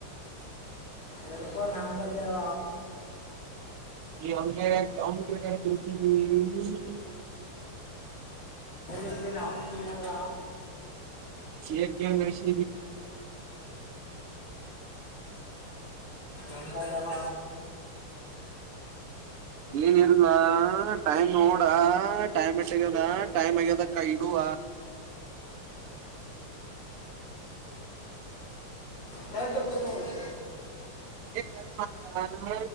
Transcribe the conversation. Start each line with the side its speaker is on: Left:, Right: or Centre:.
Left: ತರುಪ ನಮ್ಮದೇವಾ
Right: ಈ ಅ ಅತ
Left: ಇತ್ತನ್ ಹಾಂಟನಿಯರ
Right: ಶದ ಷ
Left: ಎಂಬ ಜಲ್ಲ
Right: ಏನ ಇಲ್ವಾ ಟೈಮ್ ನೋಡ ಟೈಮ್ ಎಷ್ಟ ಆಗ್ಯದ ಟೈಮ್ ಆಗ್ಯದಕ್ಕ ಇಡುವ
Left: ಗರಂತ ಕುಡತಿ
Right: ಎ ಮಾಡ